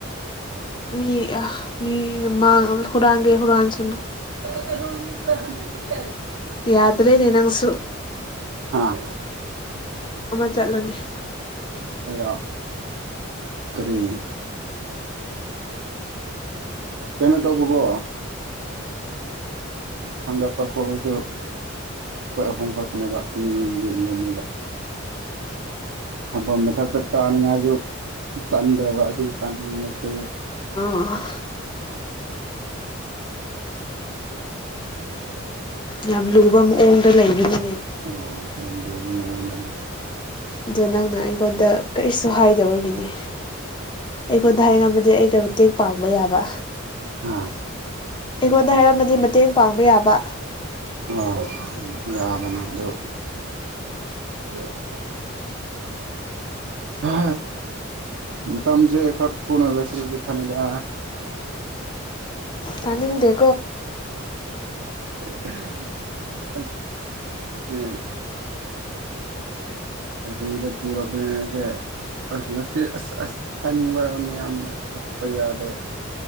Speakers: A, on the left; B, on the right.
A: ꯃꯤ ꯑ ꯃꯤꯅ ꯍꯨꯔꯥꯟꯒꯩ ꯍꯨꯔꯥꯟꯁꯤꯅꯨ
B: ꯀꯩꯅꯣ ꯂ ꯀꯩꯅ
A: ꯌꯥꯗ꯭ꯔꯦꯅꯦ ꯅꯪꯁꯨ
B: ꯑꯥ
A: ꯆꯠꯂꯅꯤ
B: ꯑꯩꯔ ꯀꯔꯤꯅꯤ ꯀꯩꯅꯣ ꯇꯧꯕꯀꯣ ꯊꯥꯡꯒꯠꯄ ꯈꯣꯄꯁꯨ ꯑꯩꯈꯣꯏ ꯑꯍꯣꯡ ꯈꯇꯅꯦꯕ ꯑꯅꯤ ꯑꯅꯤ ꯂꯣꯝꯃꯦꯕ ꯑꯗꯨꯒꯤ ꯊꯝꯐꯝ ꯃꯊꯛꯇ ꯀꯥꯅꯤꯡꯉꯥꯏꯗꯨ ꯆꯟꯗ꯭ꯔꯕ ꯑꯁꯤ ꯆꯪꯉꯁꯨ
A: ꯑꯣ ꯌꯥꯝ ꯂꯨꯕ ꯃꯑꯣꯡꯗ ꯂꯩꯕꯒ
B: ꯑꯣ ꯌꯥꯝꯗꯧꯕ ꯃꯉꯗꯅ
A: ꯑꯗ ꯅꯪꯅ ꯑꯩꯉꯣꯟꯗ ꯀꯔꯤꯁꯨ ꯁꯨ ꯍꯥꯏꯗꯕꯒꯤꯅꯤ ꯑꯩꯉꯣꯟꯗ ꯍꯥꯏꯉꯝꯃꯗꯤ ꯑꯩꯅ ꯃꯇꯦꯡ ꯄꯥꯡꯕ ꯌꯥꯕ
B: ꯑꯥ
A: ꯑꯩꯉꯣꯟꯗ ꯍꯥꯏꯔꯝꯃꯗꯤ ꯃꯇꯦꯡ ꯄꯥꯡꯕ ꯌꯥꯕ
B: ꯑ ꯌꯥꯕꯅꯦ ꯑ <inaudible> ꯍ ꯃꯇꯝꯁꯦ ꯈꯔ ꯊꯨꯅ ꯂꯣꯏꯁꯤꯕꯗꯤ ꯐꯅꯤꯗ
A: ꯇꯅꯤꯡ ꯗꯦꯠ
B: <inaudible> ꯑꯁ ꯁꯦ ꯒꯥꯔꯤꯗ ꯄꯨꯔꯛꯄꯅꯦꯁꯦ ꯑ ꯉꯁꯤ ꯑꯁ ꯑꯁ ꯍꯥꯏꯅꯤꯡꯕ ꯃꯌꯥꯝꯗ ꯊꯣꯛꯞꯄ ꯌꯥꯗꯦ